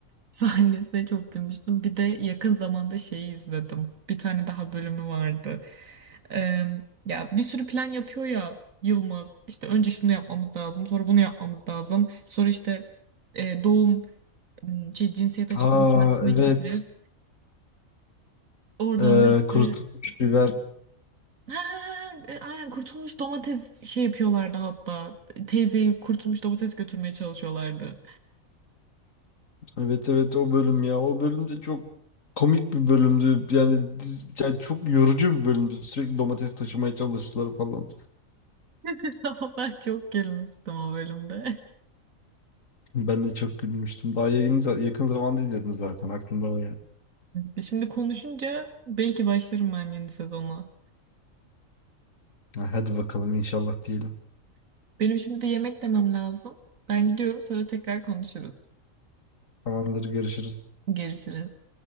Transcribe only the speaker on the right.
sahnesine çok gülmüştüm. Bir de yakın zamanda şeyi izledim. Bir tane daha bölümü vardı. Ee, ya bir sürü plan yapıyor ya Yılmaz. İşte önce şunu yapmamız lazım, sonra bunu yapmamız lazım. Sonra işte e, doğum m, şey cinsiyet açıklama
partisine
gideceğiz. Oradan
da işte
Ha, e, aynen kurtulmuş domates şey yapıyorlardı hatta. Teyzeyi kurtulmuş domates götürmeye çalışıyorlardı.
<laughs> Ama ben çok gülmüştüm o bölümde.
E Şimdi konuşunca belki başlarım ben yeni sezona.
Benim şimdi bir yemek demem lazım. Ben gidiyorum sonra tekrar konuşuruz.
Görüşürüz.